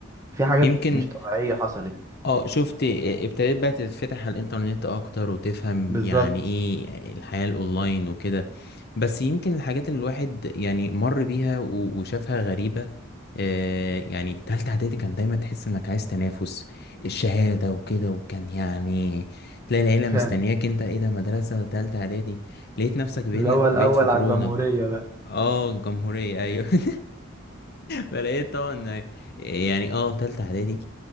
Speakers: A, on the right (about 15°); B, on the left (about 55°).
A: في حاجات
B: يمكن
A: مش طبيعية حصلت
B: اه شفت اه، ابتديت بقى تتفتح على الانترنت اكتر وتفهم
A: بالظبط
B: يعني ايه الحياة الاونلاين وكده بس يمكن الحاجات اللي الواحد يعني مر بيها و... وشافها غريبة آه يعني تالتة اعدادي كان دايما تحس انك عايز تنافس الشهادة وكده وكان يعني تلاقي العيلة
A: فاهم
B: مستنياك انت ايه ده مدرسة تالتة اعدادي لقيت نفسك بين...
A: اللي هو الأول
B: بقيت في كورونا
A: على الجمهورية بقى
B: اه الجمهورية ايوه <laughs> فلقيت طبعا يعني اه تالتة اعدادي